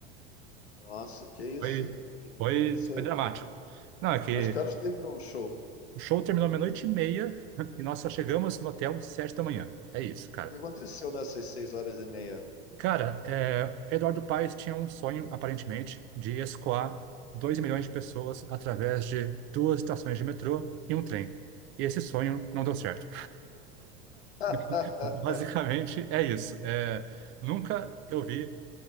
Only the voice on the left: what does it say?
Nossa, que isso?
O que que
aconteceu?
Mas que horas terminou o show? O
que que aconteceu nessas seis horas e meia?
<laughs>